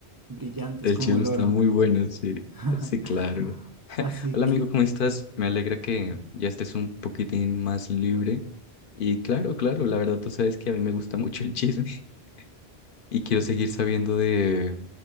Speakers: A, on the right (about 35°); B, on the left (about 60°).
A: brillante,
B: El
A: es como
B: chisme
A: el
B: está
A: oro.
B: muy bueno, sí.
A: <laughs>
B: Sí, claro.
A: Así
B: Hola
A: que,
B: amigo, ¿cómo estás? Me alegra que ya estés un poquitín más libre. Y claro, claro, la verdad tú sabes que a mí me gusta mucho el chisme <laughs> y quiero seguir sabiendo de,